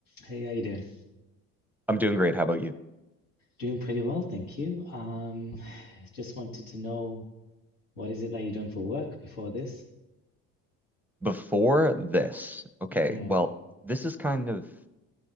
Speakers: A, on the left; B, in the centre.
A: Hey, how you doing?
B: I'm doing great. How about you?
A: Doing pretty well, thank you. Um, <sighs> just wanted to know what is it that you done for work before this?
B: Before this, okay,
A: Mm,
B: well, this is kind of,